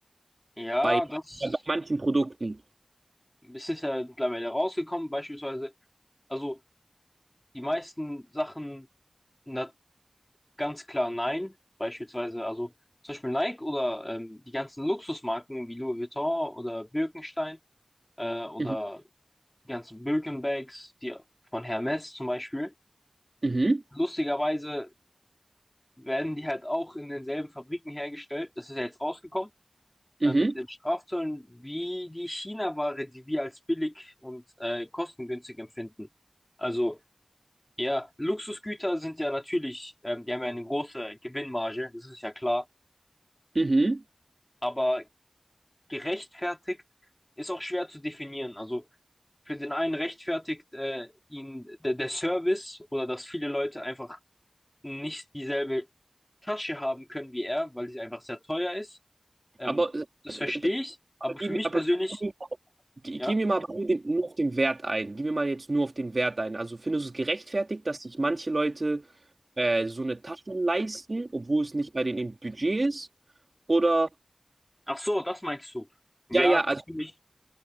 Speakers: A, on the left; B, on the right.
A: Ja,
B: Bei, bei
A: das
B: manchen Produkten.
A: es ist ja mittlerweile rausgekommen, beispielsweise. Also die meisten Sachen, na, ganz klar nein. Beispielsweise, also zum Beispiel Nike oder ähm, die ganzen Luxusmarken wie Louis Vuitton oder Birkenstein äh, oder
B: Mhm,
A: die ganzen Birkenbags, die von Hermes zum Beispiel.
B: mhm,
A: lustigerweise werden die halt auch in denselben Fabriken hergestellt. Das ist ja jetzt rausgekommen
B: mhm,
A: äh, mit den Strafzöllen, wie die China-Ware, die wir als billig und äh, kostengünstig empfinden. Also ja, Luxusgüter sind ja natürlich, ähm, die haben ja eine große Gewinnmarge, das ist ja klar,
B: mhm.
A: aber gerechtfertigt ist auch schwer zu definieren. Also für den einen rechtfertigt äh, ihn der, der Service oder dass viele Leute einfach nicht dieselbe Tasche haben können wie er, weil sie einfach sehr teuer ist. Ähm,
B: Aber, äh,
A: das verstehe
B: b- b-
A: ich, aber
B: aber,
A: für
B: gib
A: mich
B: mir, aber
A: persönlich,
B: gib mir mal, gib
A: ja.
B: gib mir mal nur den, nur auf den Wert ein. Gib mir mal jetzt nur auf den Wert ein. Also findest du es gerechtfertigt, dass sich manche Leute äh, so eine Tasche leisten, obwohl es nicht bei denen im Budget ist? Oder,
A: Ach so, das meinst du. Ja,
B: ja, ja,
A: das
B: also
A: finde ich,